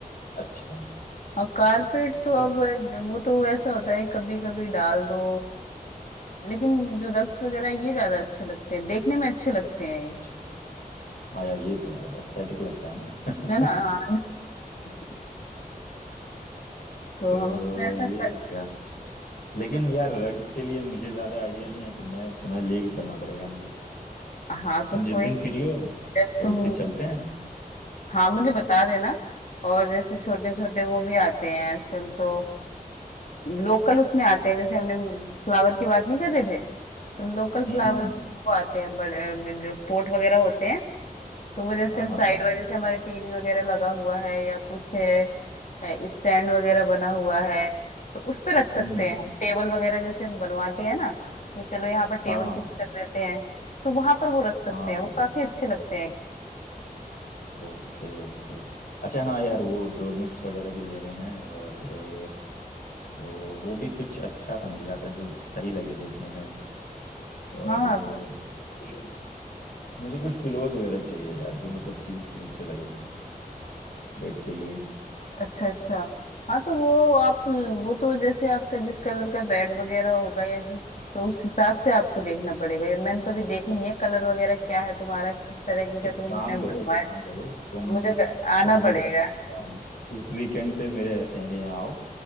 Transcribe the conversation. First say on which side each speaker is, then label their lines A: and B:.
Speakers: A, on the left (about 70°); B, on the left (about 55°).
A: अच्छा
B: और कारपेट तो
A: और
B: अब अ, वो तो ऐसा होता है कभी कभी डाल दो लेकिन जो रग्स वगैरह ये ज्यादा अच्छे लगते हैं देखने में अच्छे लगते हैं
A: अच्छा हाँ यार ये तो है एस्थेटिक लगता है ना
B: ये है ना हाँ
A: <laughs>
B: <laughs> तो
A: तो
B: हम उसमें ऐसा
A: ये
B: कर
A: हो गया लेकिन यार रग्स के लिए मुझे ज्यादा आइडिया नहीं है तो मैं तुम्हें लेके चलना पड़ेगा मुझे
B: हाँ तो
A: तुम
B: कोई
A: जिस दिन
B: नहीं
A: फ्री
B: है।
A: हो
B: जब
A: तो
B: तुम
A: उस दिन चलते हैं
B: हाँ मुझे बता देना और जैसे छोटे छोटे वो भी आते हैं आजकल तो लोकल उसमें आते हैं जैसे हमने फ्लावर की बात नहीं कर रहे थे तो लोकल फ्लावर
A: हम्म हम्म हम्म
B: वो आते हैं बड़े अ, जो पोट वगैरह होते हैं तो वो जैसे
A: हाँ
B: हम
A: हाँ
B: साइड
A: हाँ
B: वाइज जैसे हमारे टीवी वगैरह लगा हुआ है या कुछ है स्टैंड वगैरह बना हुआ है तो उस पे रख सकते
A: हम्म
B: हैं हम टेबल वगैरह जैसे हम बनवाते हैं ना कि चलो यहाँ पर टेबल
A: हाँ हाँ
B: फिक्स
A: हाँ
B: कर देते हैं तो वहां पर वो रख सकते
A: हाँ
B: हैं वो काफी अच्छे लगते हैं
A: Okay okay अच्छा हाँ यार वो डोरमेट्स वगैरह भी लेने हैं और अ, तो वो भी कुछ अच्छा सा मिल जाता है जो सही लगे देखने में और
B: हाँ
A: अ, pillow- मुझे कुछ पिलोज वगैरह चाहिए यार जो मतलब क्यूट क्यूट से लगे बेड के लिए
B: अच्छा अच्छा हाँ तो वो आप वो तो जैसे आपका जिस कलर का बेड वगैरह होगा या जिस तो उस हिसाब से आपको देखना पड़ेगा ये मैंने तो अभी देखी नहीं है कलर वगैरह क्या है तुम्हारा किस तरीके का
A: एक
B: तुमने
A: काम करो
B: बनवाया
A: एक काम करो तुम
B: मुझे क- आना
A: तुम जब
B: पड़ेगा
A: अ, इस वीकेंड पे मेरे मेरे यहाँ आओ